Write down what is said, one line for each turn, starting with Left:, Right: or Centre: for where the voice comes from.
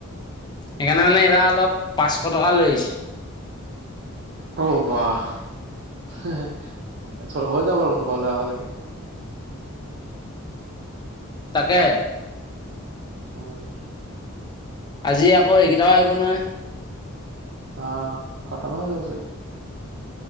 Left: সেইকাৰণে মানে এইবাৰ অলপ, পাঁচশ টকা লৈ আহিছ
Right: অ', বাহ হে হে <unintelligible> হৈ যাবচোন ঘৰলৈ অহালৈকে।
Left: তাকে।
Right: উম।
Left: আজি আকৌ এইকেইটাও আহিব নহয়।
Right: অ', খতমেই হৈ গৈছে।